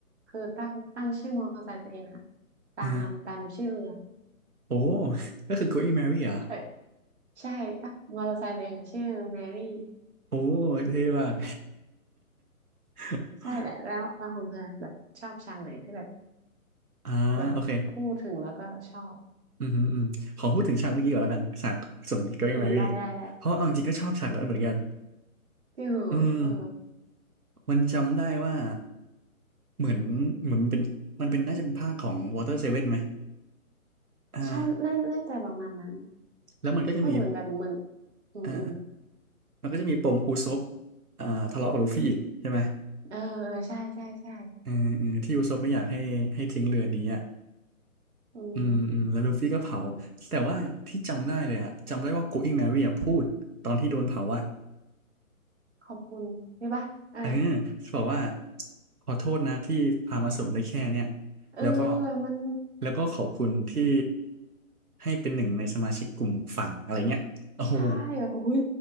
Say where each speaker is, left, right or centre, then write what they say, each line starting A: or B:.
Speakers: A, on the right; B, on the right.
A: คือตั้งตั้งชื่อมอเตอร์ไซค์ตัวเองอ่ะตามตามชื่อเรือ
B: อ่าฮะโอ้ <laughs> ก็คือ Going Mary เหรอ
A: เออใช่ตั้งมอเตอร์ไซค์ตัวเองอะชื่อแมรี่
B: โอ้เท่มาก <laughs>
A: ใช่แหละแล้วแล้วของเธอแบบชอบฉากไหนที่แบบ
B: อ่าโอเค
A: แบบพูดถึงแล้วก็ชอบ
B: อืมอฮออืมขอพูดถึงฉากเมื่อกี้ก่อนแล้วกันฉากส่วน Going
A: อืมได้ได้ได้
B: Mary เพราะเอาจริงก็ชอบฉากนั้นเหมือนกัน
A: พี่หอเออ
B: อืมมันจำได้ว่าเหมือนเหมือนมันเป็นมันเป็นน่าจะเป็นภาคของ Water Seven ไหมอ่า
A: ใช่น่าน่าจะประมาณนั้น
B: แล้วมันก็จะมี
A: เพราะเหมือนแบบเหมือนอืมอืม
B: อ่า มันก็จะมีปมอุซบอ่าทะเลาะกับลูฟี่อีกใช่ไหม
A: เออเออใช่ใช่ใช่
B: เออเออที่อุซบไม่อยากให้ให้ทิ้งเรือนี้อ่ะ
A: อืม
B: อืมอืมแล้วลูฟี่ก็เผาแต่ว่าที่จำได้เลยอ่ะจำได้ว่ากุ๊กอิงแมรี่อ่ะพูดตอนที่โดนเผาอ่ะ
A: ขอบคุณนี่ปะอะไร
B: เออบอกว่าขอโทษนะที่พามาส่งได้แค่เนี่ย
A: เออแบบมัน
B: แล้วก็แล้วก็ขอบคุณที่ให้เป็นหนึ่งในสมาชิกกลุ่มหมวกฟางอะไรเงี้ยโอ้โห
A: ใช่แบบอุ้ย